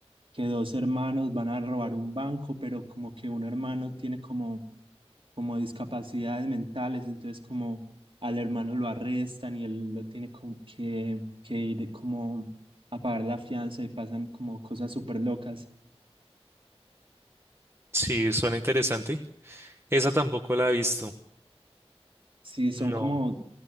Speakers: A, on the right; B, on the right.
A: que dos hermanos van a robar un banco, pero como que un hermano tiene como, como discapacidades mentales, entonces como al hermano lo arrestan y él lo tiene como que, que ir como a pagar la fianza y pasan como cosas súper locas.
B: Sí, suena interesante. Esa tampoco la he visto.
A: Sí, son
B: No,
A: como